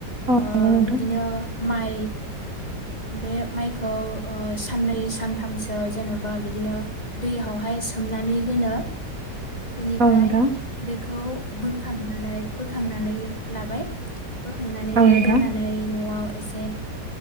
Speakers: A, on the right (about 55°); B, on the left (about 25°).
A: औ
B: ओ
A: नंगौ नोंथां
B: बिदिनो माइ बे माइखौ ओ साननै सानथामसो जेन'बा बिदिनो दैयावहाय सोमनानै दोनो बेनिफ्राय
A: औ नोंथां
B: बेखौ बोखांनानै बोखांनानै लाबाय बोखांनानै
A: औ नोंथां
B: दोननानै नआव एसे